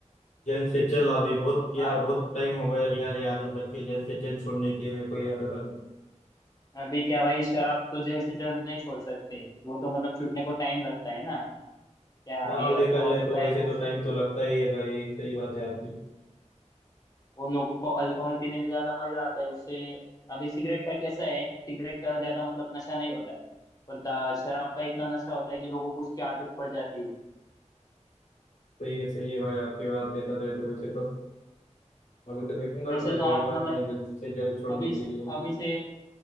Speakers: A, on the left; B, on the left.
A: जल्द से जल्द अभी बहुत यार
B: हाँ,
A: बहुत टाइम हो गया यार ये आदत लग के जल्द से जल्द छोड़ने की है मेरे को ये आदत अभी
B: अभी क्या भाई शराब तो जल्द से जल्द नहीं छोड़ सकते वो तो मतलब छूटने को टाइम लगता है ना क्या
A: हाँ
B: अभी
A: वो देखा
B: अल्कोहल
A: जाए
B: होता
A: तो
B: है
A: वैसे
B: तो
A: तो
B: उससे
A: टाइम तो लगता ही है भाई सही बात है आपकी
B: और लोगों को अल्कोहल पीने में ज्यादा मजा आता है उससे अभी सिगरेट का कैसा है सिगरेट का ज्यादा मतलब नशा नहीं होता है पर दा- शराब का इतना नशा होता है कि लोगों को उसकी आदत पड़ जाती है
A: सही है सही है भाई आपकी बात देखा जाए तो वैसे तो अभी तो देखूंगा
B: वैसे
A: ट्राई
B: तो
A: करूंगा
B: आप मतलब
A: मैं जल्द से जल्द छोड़ने
B: अभी
A: के
B: से
A: लिए
B: अभी से